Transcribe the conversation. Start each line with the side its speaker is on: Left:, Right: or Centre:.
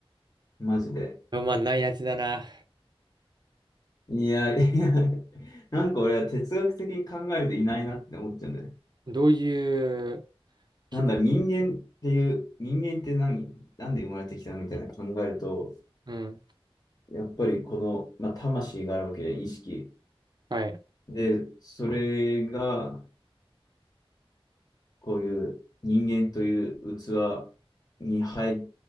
Left: う。マジで。
Right: まあまあ、ないやつだな。
Left: いや、いや、なんか俺は哲学的に考えるといないなって思っちゃうんだよね。
Right: どういう、け、
Left: なんだ、人間っていう、人間って何なんで生まれてきたのみたいな考えると、
Right: うん。
Left: やっぱりこの、まあ、魂があるわけで、意識。
Right: はい。
Left: で、それが、こういう人間という器に入